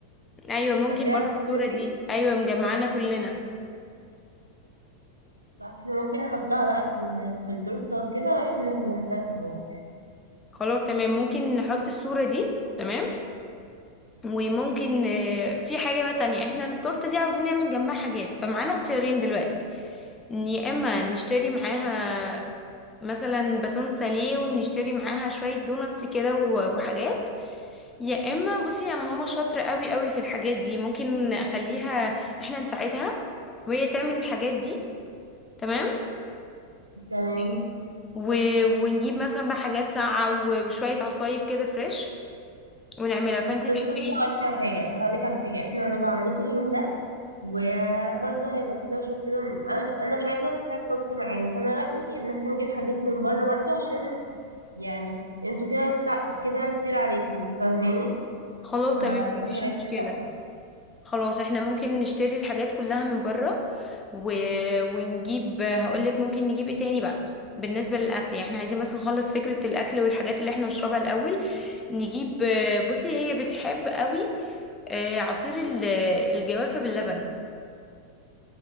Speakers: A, on the left; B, on the right.
A: ايوه ممكن
B: فاكراها
A: برضه الصوره
B: الصوره دي
A: دي ايوه مجمعانا كلنا
B: احنا ممكن نحطها بقى في ال... في التورته وكده واحنا بنحتفل يعني
A: خلاص تمام ممكن نحط الصوره دي تمام وممكن آه، في حاجه بقى تانية احنا التورته دي عاوزين نعمل جنبها حاجات فمعانا اختيارين دلوقتي إن يا اما نشتري معاها مثلا باتون ساليه ونشتري معاها شويه دوناتس كده و- وحاجات يا اما بصي انا ماما شاطره قوي قوي في الحاجات دي ممكن اخليها احنا نساعدها وهي تعمل الحاجات دي تمام
B: تمام
A: أوكي. و... ونجيب مثلا بقى حاجات ساقعة و- وشوية عصاير كده فريش ونعملها فانتي
B: بس
A: تحبي
B: بصي
A: ايه
B: هقولك على حاجه هقولك على حاجه احنا هنبقى عندكم اليوم ده وبرضه هيبقى في دوشه وكده م- انا انا مش عايزه تتعب طنط معانا فانا رايي ان احنا نجيب حاجات من بره برضه عشان يعني انتوا كده تع- كده كتير عليكم انت فاهماني
A: خلاص
B: فمش
A: تمام مفيش
B: عايزين
A: مشكلة
B: تتعب طنط.
A: خلاص احنا ممكن نشتري الحاجات كلها من بره و... ونجيب هقولك ممكن نجيب ايه تاني بقى بالنسبة للأكل يعني احنا عايزين بس نخلص فكرة الأكل والحاجات اللي احنا نشربها الأول نجيب بصي هي بتحب قوي آه، عصير ال- الجوافة باللبن